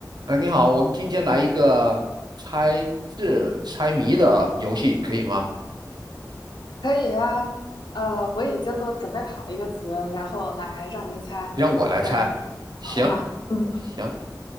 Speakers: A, on the right; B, on the left.
A: 呃，你好，我们今天来一个猜字猜谜的游戏，可以吗？
B: 可以呀，呃，我已经都准备好一个词，然后来让您猜。
A: 让我来猜。
B: 嗯，
A: 行
B: 好了吗？嗯，
A: 行